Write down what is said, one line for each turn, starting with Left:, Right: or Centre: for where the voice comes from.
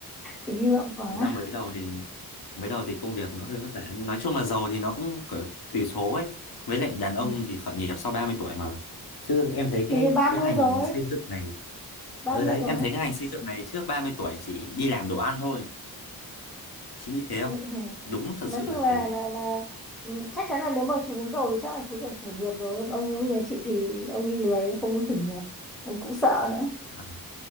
Centre: đừng hy vọng quá.
Left: thật ra mới đầu thì mới đầu thì công việc nó hơi vất vả nói chung là giàu thì nó cũng kiểu tùy số ấy với lại đàn ông
Centre: Ừ.
Left: thì khởi nghiệp sau 30 tuổi mà chứ em thấy cái
Centre: Thì ba mươi
Left: cái ngành
Centre: rồi.
Left: xây dựng này ở
Centre: ba mươi
Left: đấy
Centre: rồi
Left: em thấy cái ngành xây dựng này trước 30 tuổi chỉ đi làm đồ ăn thôi Chị nghĩ thế không?
Centre: <laughs>
Left: Đúng thật
Centre: nói
Left: sự
Centre: chung
Left: là
Centre: là
Left: thế.
Centre: là là ừ, chắc chắn là nếu mà chú muốn giàu thì chắc là chú phải khởi nghiệp rồi còn ông như nhà chị thì ông đi lười ông không muốn khởi nghiệp ông cũng sợ nữa
Left: À,